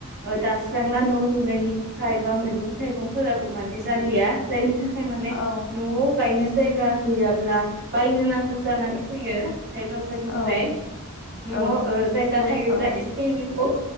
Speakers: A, on the right; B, on the left.
A: ओ दानस्रांना न' लुनायनि थाखाय बा मैगं थाइगंफोराबो माने जालिया जायनि थाख खाय माने
B: औ
A: न'आव गायनोस जायगा गैयाब्ला बायनो नांगौ जानानै फैयो। हाथाइ बाजारनिफ्राय
B: औ
A: न'आव
B: औ
A: ओ जायगा
B: नों
A: थायोब्ला
B: औ
A: एसे एनैखौ